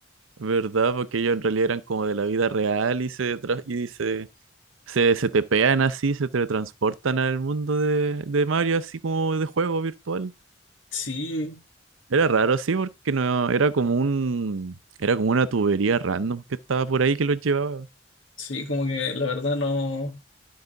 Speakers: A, on the right; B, on the left.
A: verdad, porque ellos en realidad eran como de la vida real y se tra- y se Se, se te pegan así, se teletransportan al mundo de, de Mario, así como de juego virtual.
B: Sí,
A: Era raro así porque no, era como un, era como una tubería random que estaba por ahí que los llevaba.
B: sí, como que la verdad no,